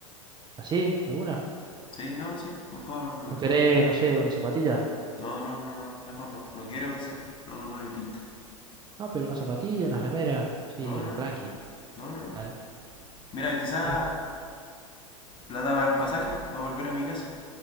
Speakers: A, on the right; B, on the left.
A: ¿Así? ¿Alguna?
B: Sí, no, sí, mejor me voy.
A: ¿No querés,
B: No,
A: no sé, una zapatilla?
B: no, no, no, no, mejor no. No quiero deseo. No, no hay pinta.
A: No, pero una zapatilla, una remera, sí,
B: No,
A: algo
B: no, no.
A: tranqui.
B: No, no, no.
A: Dale.
B: Mira, quizás
A: Bueno.
B: la daba el pasaje para volver a mi casa.